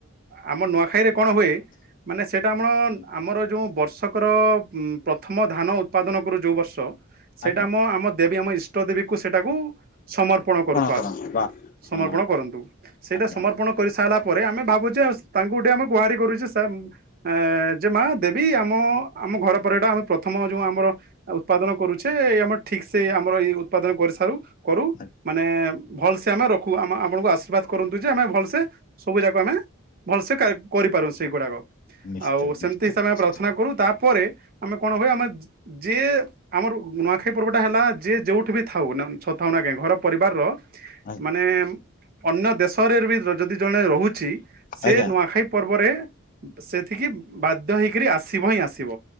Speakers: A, on the right; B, on the left.
A: ଆମ ନୂଆଖାଇରେ କଣ ହୁଏ, ମାନେ ସେଇଟା ଆମଣ ଆମର ଯୋଉଁ ବର୍ଷକର ଉଁ, ପ୍ରଥମ ଧାନ ଉ ଉତ୍ପାଦନ କରୁ ଯୋଉ ବର୍ଷ ସେଇଟା
B: ଆଜ୍ଞା
A: ଆମ ଆମ ଦେବି ଆମ ଇଷ ଟ ଦେବୀକୁ ସେଟାକୁ ସମର୍ପଣ କରୁ ପା-ସମର୍ପଣ
B: କରନ୍ତି ବା ହଁ
A: କରନ୍ତୁ ସେଇଟା
B: ଆଜ୍ଞା
A: ସମର୍ପଣ କରିସାଇଲା ପରେ ଆମେ ଭାବୁଚେ, ଅସ୍- ତାଙ୍କୁ ଟିକେ ଆମେ ଗୁହାରି କରୁଚି ସେମ ଏଁ ଯେ ମା ଦେବୀ ଆମ ଆମ ଘର ପରେ ଏଟା ଆମ ପ୍ରଥମ ଯୋଉ ଆମର ଉତ୍ପାଦନ କରୁଛେ ଏଇ ଆମର ଠିକ ସେ ଏଇ ଆମର ଏଇ ଉତ୍ପାଦନ କରିସାରୁ। କରୁ
B: ଆଜ୍ଞା।
A: ମାନେ ଭଲସେ ଆମେ ରଖୁ, ଆମ ଆପଣଙ୍କୁ ଆଶୀର୍ବାଦ କରନ୍ତୁ ଯେ ଆମେ ଭଲସେ ସବୁ ଯାକ ଆମେ ଭଲସେ କା-କରିପାରୁୁ ସେଇଗୁଡାକ
B: ନିଶ୍ଚୟ
A: ଆଉ ସେମିତି
B: ନିଶ୍ଚୟ
A: ହିସାବେ ଆମେ
B: ନିଶ୍ଚୟ
A: ପ୍ରାର୍ଥନା କରୁ। ତାପରେ ଆମେ କଣ ହୁଏ ଆମେ ଯି ଯିଏ ଆମର ନୂଆଖାଇ ପର୍ବଟା ହେଲା ଯିଏ ଯୋଉଠି ବି ଥାଉ ଥାଉ ନା କାଁ ଘର ପରିବାରର
B: ଆଜ୍ଞା
A: ମାନେ ଅନ୍ୟ ଦେଶ ସହରରେ ବି ଯଦି ଜଣେ ରହୁଛି। ସେ
B: ଆଜ୍ଞା
A: ନୂଆଖାଇ ପର୍ବରେ ସେଠିକି ବାଧ୍ୟ ହେଇକରି ଆସିବ ହିଁ ଆସିବ।